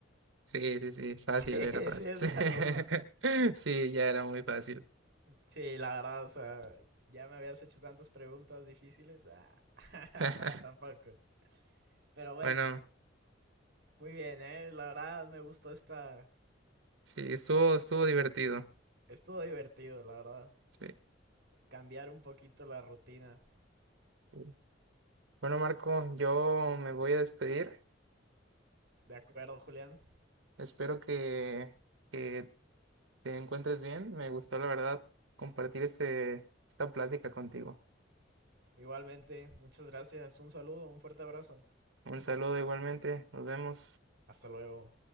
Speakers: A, on the right (about 75°); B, on the right (about 55°).
A: Sí, sí, sí, fácil,
B: Sí,
A: era
B: <laughs>
A: fácil.
B: sí, es
A: <laughs>
B: la luna.
A: Sí, ya era muy fácil.
B: Sí, la verdad, o sea, ya me habías hecho tantas preguntas difíciles. Ah,
A: <laughs>
B: <laughs> nada, tampoco. Pero bueno,
A: Bueno,
B: muy bien, ¿eh? La verdad me gustó esta...
A: sí, estuvo, estuvo divertido.
B: Estuvo divertido, la verdad.
A: Sí.
B: Cambiar un poquito la rutina.
A: Sí. Bueno, Marco, yo me voy a despedir.
B: De acuerdo, Julián.
A: Espero que, que te encuentres bien. Me gustó, la verdad, compartir este, esta plática contigo.
B: Igualmente, muchas gracias. Un saludo, un fuerte abrazo.
A: Un saludo igualmente. Nos vemos.
B: Hasta luego.